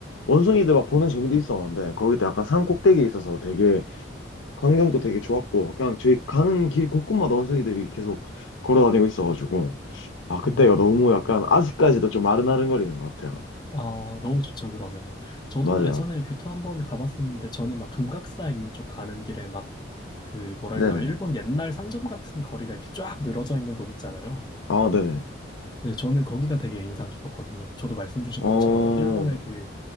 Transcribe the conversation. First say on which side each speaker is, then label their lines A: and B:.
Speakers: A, on the left; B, on the left.
A: 원숭이들 막 보는 재미도 있었는데 거기도 약간 산 꼭대기에 있어서 되게 광경도 되게 좋았고 그냥 저희 가는 길 곳곳마다 원숭이들이 계속 걸어 다니고 있어가지고 아, 그때가
B: 음,
A: 너무 약간 아직까지도 좀 아른아른거리는 것 같아요.
B: 아, 너무 좋죠, 그러면. 저도
A: 맞아요.
B: 예전에 교토 한번 가봤었는데, 저는 막 금각사 있는 쪽 가는 길에 막, 그, 뭐랄까,
A: 네네.
B: 일본 옛날 상점 같은 거리가 이렇게 쫙 늘어져 있는 곳 있잖아요.
A: 아, 네네.
B: 네, 저는 거기가 되게 인상 깊었거든요. 저도 말씀 주신
A: 어,
B: 것처럼, 일본의 그,